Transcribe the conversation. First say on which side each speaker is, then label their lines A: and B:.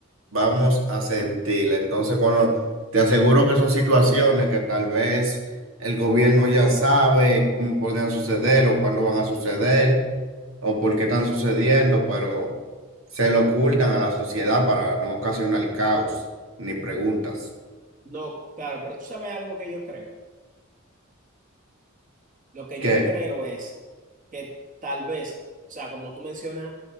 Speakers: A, on the right (about 80°); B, on the right (about 40°).
A: vamos a sentirla. Entonces, cuando te aseguro que son situaciones que tal vez el gobierno ya sabe cómo podrían suceder o cuándo van a suceder o por qué están sucediendo, pero se lo ocultan a la sociedad para no ocasionar caos ni preguntas.
B: No, claro, pero tú sabes algo que yo creo. Lo que
A: ¿Qué?
B: yo creo es que tal vez, o sea, como tú mencionas,